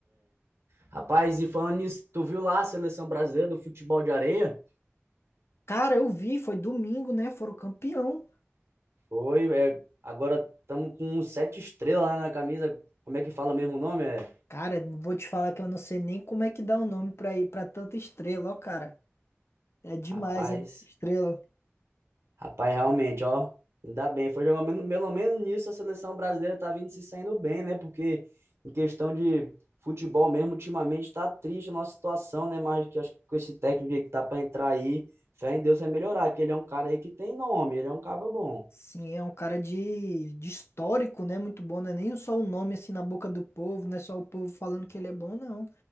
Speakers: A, on the right; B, on the left.
A: Rapaz, e falando nisso, tu viu lá a seleção brasileira do futebol de areia?
B: Cara, eu vi, foi domingo, né? Foram campeão.
A: Foi, é, agora estamos com sete estrelas lá na camisa, como é que fala mesmo o nome? É,
B: Cara, não vou te falar que eu não sei nem como é que dá o nome pra ir pra tanta estrela, ó, cara. É demais,
A: rapaz...
B: é muita estrela.
A: Rapaz, realmente, ó, ainda bem, foi jogar men- pelo menos nisso a seleção brasileira tá vindo se saindo bem, né? Porque em questão de futebol mesmo, ultimamente tá triste a nossa situação, né? Mas que acho que com esse técnico aí que tá pra entrar aí, fé em Deus vai melhorar, que ele é um cara aí que tem nome, ele é um cara bom.
B: Sim, é um cara de, de histórico, né? Muito bom, não é nem só o nome assim na boca do povo, não é só o povo falando que ele é bom, não.